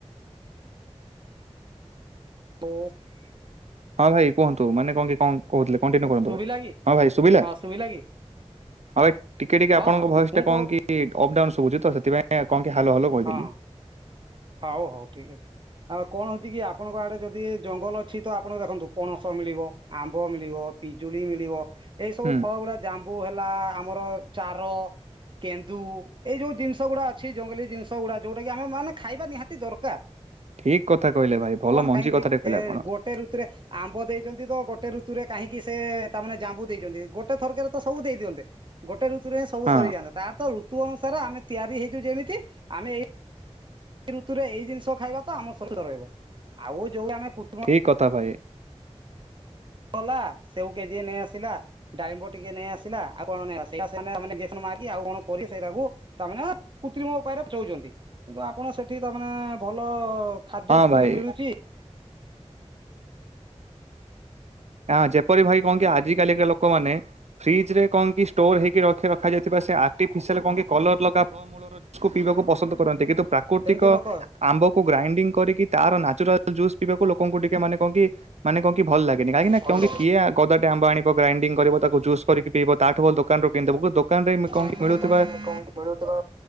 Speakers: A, on the right; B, on the right.
A: ହ <inaudible>
B: ହଁ ଭାଇ କୁହନ୍ତୁ ମାନେ କଣ କି କଣ କହୁଥିଲେ କଣ୍ଟିନ୍ୟୁ କରନ୍ତୁ
A: ଶୁଭିଲା
B: ଭାଇ
A: କି
B: ହଁ ଭାଇ ଶୁଭିଲା
A: ହଁ କି
B: ହଁ ଭାଇ ଟିକେ ଟିକେ
A: ହଁ
B: ଆପଣଙ୍କ
A: ହଁ
B: ଭଏସ
A: ମୁଁ
B: ଟା କଣ
A: କହୁ
B: କି ଅପ୍ ଡାଉନ୍ ଶୁଭୁଛି ତ ସେଥିପାଇଁ କଣ କି ହ୍ୟାଲୋ ହ୍ୟାଲୋ କହିଦେଲି
A: ହଁ ହଉ ହଉ ଠିକ ଅଛି ଆଉ କଣ ହଉଛି କି ଆପଣଙ୍କ ଆଡେ ଯଦି ଜଙ୍ଗଲ ଅଛି ତ ଆପଣ ଦେଖନ୍ତୁ ପଣସ ମିଳିବ, ଆମ୍ବ ମିଳିବ, ପିଜୁଳି ମିଳିବ ଏଇ ସବୁ
B: ହୁଁ
A: ଫଳ ଗୁଡା ଜାମ୍ବୁ ହେଲା ଆମର ଚାର କେନ୍ଦୁ ଏଇ ଯୋଉ ଜିନିଷ ଗୁଡା ଅଛି ଜଙ୍ଗଲୀ ଜିନିଷ ଗୁଡା ଯୋଉଟା କି ଆମେ ମାନେ ଖାଇବା ନିହାତି ଦରକାର
B: ଠିକ କଥା କହିଲେ ଭାଇ ଭଲ
A: ଭଗବାନ
B: ମଞ୍ଜି
A: କାହିଁକ
B: କଥାଟେ କହିଲେ
A: ସେ
B: ଆପଣ
A: ଗୋଟେ ଋତୁରେ ଆମ୍ବ ଦେଇଛନ୍ତି ତ ଗୋଟେ ଗୋଟେ ଋତୁରେ କାହିଁକି ସେ ତାମାନେେ ଜାମ୍ବୁ ଦେଇଛନ୍ତି ଗୋଟେ ଥରକରେ ତ ସବୁ ଦେଇ ଦିଅନ୍ତେ ଗୋଟେ ଗୋଟେ ଋତୁରେ ହିଁ ସବୁ
B: ହଁ
A: ସରିଯାନ୍ତା ତାର ତ ଋତୁ ଅନୁସାରେ ଆମେ ତିଆରି ହେଇଛୁ ଯେମିତି ଆମେ ଏଇ ଏଇ ଋତୁରେ ଏଇ ଜିନିଷ ଖାଇବା ତ ଆମ ଶରୀର ରହିବ ଆଉ ଯୋଉ ଆମେ କୃତ୍ରିମ
B: ଠିକ କଥା ଭାଇ
A: ଗଲା ସେଓ କେଜିଏ ନେଇ ଆସିଲା ଡାଳିମ୍ବ ଟିକେ ନେଇ ଆସିଲା ଆଉ କଣ ନେଇ ଆସିଲା <unintelligible> କରି ସେଇଟାକୁ ତାମାନେ କୃତ୍ରିମ ଉପାୟରେ ବୁଝଉଛନ୍ତି କିନ୍ତୁ ଆପଣ ସେଠି ତାମାନେ ଭଲ ଖାଦ୍ୟ
B: ହଁ
A: ଟିକେ
B: ଭାଇ
A: ମିଳୁଛି
B: ଆ ଯେପରି ଭାଇ କଣକି ଆଜି କାଲିକ ଲୋକମାନେ ଫ୍ରିଜ ରେ କଣ କି ଷ୍ଟୋର ହେଇକି ର ରଖାଯାଇଥିବା ସେ ଆର୍ଟିଫିସିଆଲ କଣ କି କଲର ଲଗା ଫଳ ମୂଳକରୁ ପିଇବାକୁ ପସନ୍ଦ କରନ୍ତି କିନ୍ତୁ ପ୍ରାକୃତିକ
A: ସେମିତି ଲୋକ
B: ଆମ୍ବକୁ ଗ୍ରାଇଣ୍ଡିଙ୍ଗ କରିକି ତାର ନାଚୁରାଲ ଜୁସ୍ ପିଇବାକୁ ଲୋକଙ୍କୁ ଟିକେ ମାନେ କଣକି! ମାନେ କଣ କି! ଭଲ ଲାଗେ। କାହିଁକିନା
A: ଭଲ
B: କେଉଁକି,
A: ଲାଗେ।
B: କିଏ ଗଦାଟେ ଆମ୍ବ ଆଣିବ? ଗ୍ରାଇଣ୍ଡିଙ୍ଗ କରିବ। ତାକୁ ଜୁସ୍ କରିକି ପିଇବ। ତାଠୁ ଭଲ ଦୋକାନରୁ କିଣିଦବ। ଦୋ କାନରେ
A: ଦୋକାନରେ
B: କଁ କି ମିଳୁଥିବା,
A: ମିଳୁଥିବା